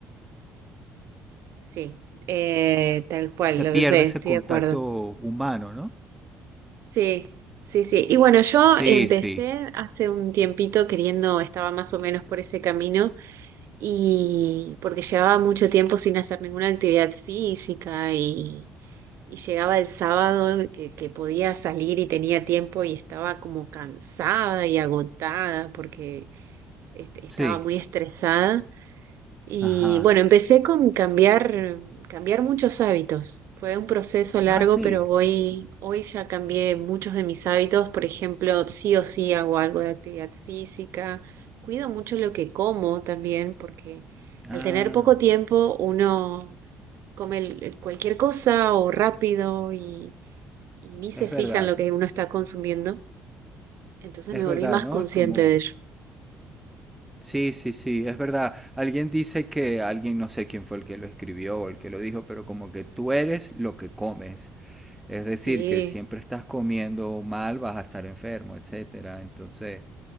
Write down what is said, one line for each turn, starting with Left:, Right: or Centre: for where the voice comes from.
Right: sí, eh, tal cual,
Centre: se
Right: lo
Centre: pierde
Right: sé,
Centre: ese
Right: estoy
Centre: contacto
Right: de acuerdo.
Centre: humano, ¿no?
Right: Sí, sí, sí. Y bueno, yo
Centre: Sí,
Right: empecé
Centre: sí,
Right: hace un tiempito queriendo, estaba más o menos por ese camino y porque llevaba mucho tiempo sin hacer ninguna actividad física y Y llegaba el sábado que, que podía salir y tenía tiempo y estaba como cansada y agotada porque est- estaba
Centre: sí.
Right: muy estresada. Y
Centre: Ajá.
Right: bueno, empecé con cambiar, cambiar muchos hábitos. Fue un proceso largo,
Centre: Ah, sí.
Right: pero hoy, hoy ya cambié muchos de mis hábitos. Por ejemplo, sí o sí hago algo de actividad física. Cuido mucho lo que como también, porque al
Centre: Ah,
Right: tener poco tiempo uno come el- cualquier cosa o rápido y y ni se
Centre: es
Right: fija
Centre: verdad.
Right: en lo que uno está consumiendo. Entonces
Centre: Es
Right: me volví
Centre: verdad,
Right: más
Centre: ¿no?
Right: consciente
Centre: Como...
Right: de ello.
Centre: Sí, sí, sí, es verdad. Alguien dice que alguien, no sé quién fue el que lo escribió o el que lo dijo, pero como que tú eres lo que comes. Es decir,
Right: Sí,
Centre: que siempre estás comiendo mal, vas a estar enfermo, etcétera. Entonces,